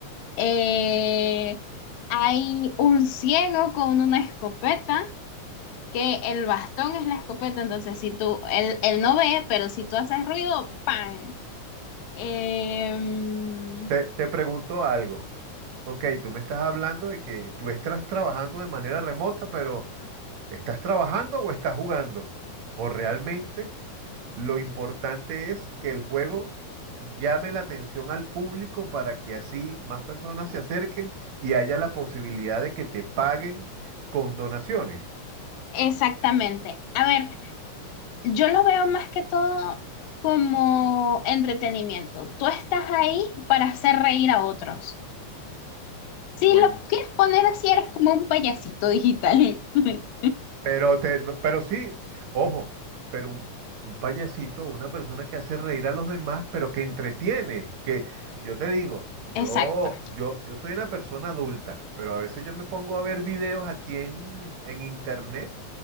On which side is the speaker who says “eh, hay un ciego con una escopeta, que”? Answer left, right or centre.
Left